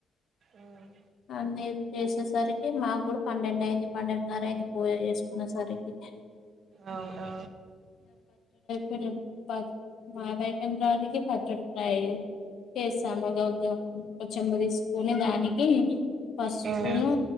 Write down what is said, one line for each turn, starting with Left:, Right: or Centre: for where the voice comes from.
Right: మ్మ్
Left: అన్ని అయిపోయేస సరికి మాకు కూడా పన్నెండు అయింది పన్నెండున్నర అయింది పూజ చేసుకునే సరికి
Right: అవునా
Left: కొన పద <unintelligible> బాగాయి పనరానికి పచ్చడి ఫయి <unintelligible> <unintelligible> సామద ఉద్యోం ఓ చెంబు తీసుకుని దానికి పసుపును
Right: మ్మ్ ఆ మ్మ్